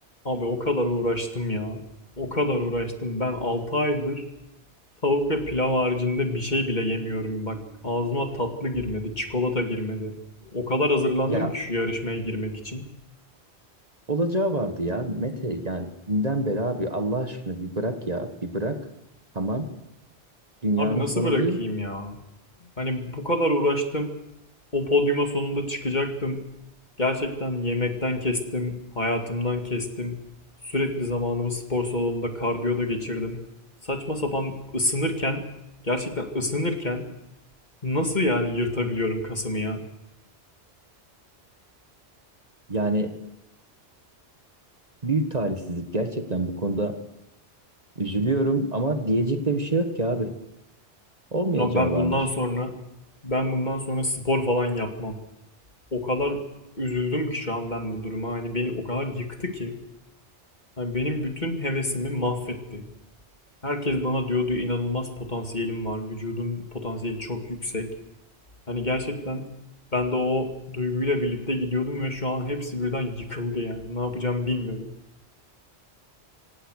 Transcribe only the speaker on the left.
Abi o kadar uğraştım ya. O kadar uğraştım. Ben 6 aydır tavuk ve pilav haricinde bir şey bile yemiyorum. Bak ağzıma tatlı girmedi, çikolata girmedi. O kadar hazırlandım
ki şu yarışmaya girmek için.
Abi nasıl
bırakayım
ya? Hani bu kadar uğraştım. O podyuma sonunda çıkacaktım. Gerçekten yemekten kestim, hayatımdan kestim. Sürekli zamanımı spor salonunda kardiyoda geçirdim. Saçma sapan ısınırken, gerçekten ısınırken Nasıl yani yırtabiliyorum kasımı ya?
Abi ben
bundan sonra ben bundan sonra spor falan yapmam. O kadar üzüldüm ki şu an ben bu duruma. Hani beni o kadar yıktı ki. Hani benim bütün hevesimi mahvetti. Herkes bana diyordu inanılmaz potansiyelim var. Vücudun potansiyeli çok yüksek. Hani gerçekten ben de o duyguyla birlikte gidiyordum ve şu an hepsi birden yıkıldı yani. Ne yapacağımı bilmiyorum.